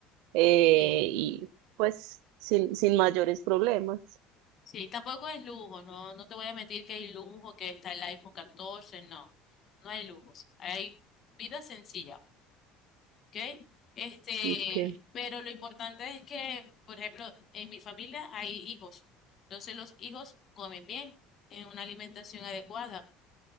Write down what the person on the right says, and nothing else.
eh,
y pues sin, sin mayores problemas.
Ok.